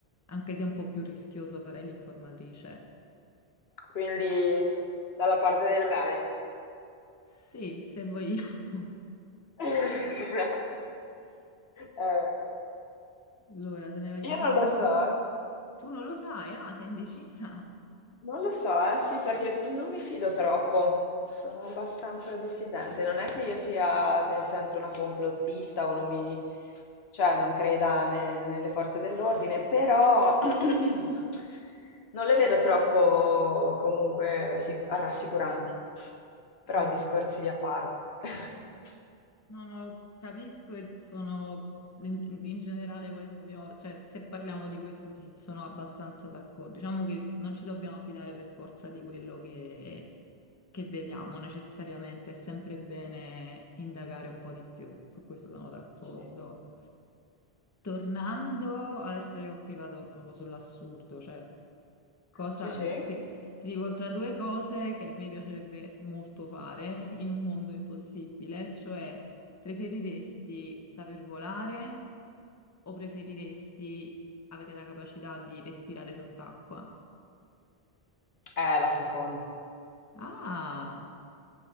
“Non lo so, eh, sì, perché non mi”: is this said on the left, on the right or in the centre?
Left